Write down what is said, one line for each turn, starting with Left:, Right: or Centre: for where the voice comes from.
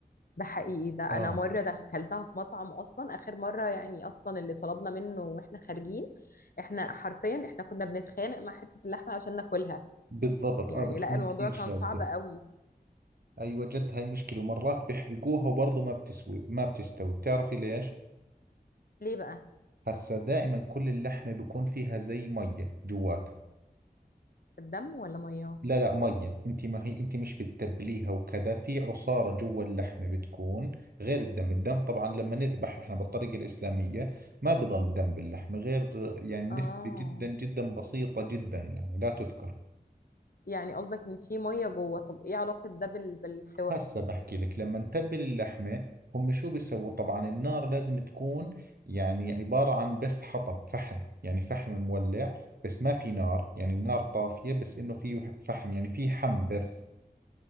Left: ده حقيقي ده
Right: اه
Left: انا مره ده اكلتها في مطعم اصلا اخر مره يعني اصلا اللي طلبنا منه واحنا خارجين احنا حرفيا احنا كنا بنتخانق مع حته اللحمه عشان ناكلها
Right: بالضبط
Left: يعني
Right: اه بتكون
Left: لا الموضوع
Right: كثير
Left: كان
Right: شادة
Left: صعب قوي
Right: ايوه جد هاي مشكلة ومرات بيحرقوها وبرضه ما بتسوي ما بتستوي بتعرفي ليش؟
Left: ليه بقى
Right: هسا دائما كل اللحمة بيكون فيها زي مية جواتها
Left: الدم ولا ميه
Right: لا لا مية انت ما هي انت مش بتتبليها وكذا في عصارة جوا اللحمة بتكون غير الدم الدم طبعا لما نذبح احنا بالطريقة الإسلامية ما بضل دم باللحمة غير يعني
Left: اه
Right: نسبة جدا جدا بسيطة جدا يعني لا تذكر
Left: يعني قصدك ان في ميه جوه طب ايه علاقه ده بال... بالسوى
Right: هسه بحكي لك لما نتبل اللحمة هم شو بيسووا طبعا النار لازم تكون يعني عبارة عن بس حطب فحم يعني فحم مولع بس ما في نار يعني النار طافية بس انه في فحم يعني في حم بس